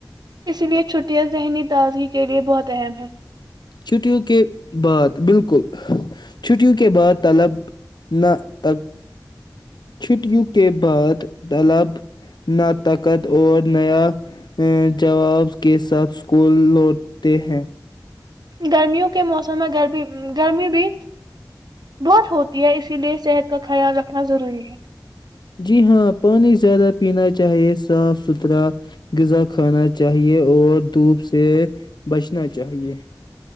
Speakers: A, on the right; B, on the left.
A: اس لیے چھٹیاں ذہنی تازگی کے لیے بہت اہم ہے
B: چھٹیوں کے بعد بالکل چھٹیوں کے بعد طلب نہ ت چھٹیوں کے بعد طلب نطقت اور نیا جواب کے ساتھ اسکول لوٹتے ہیں
A: گرمیوں کے موسم میں گرمی گرمی بھی بہت ہوتی ہے اسی لیے صحت کا خیال رکھنا ضروری ہے
B: جی ہاں پانی زیادہ پینا چاہیے صاف ستھرا غذا کھانا چاہیے اور دھوپ سے بچنا چاہیے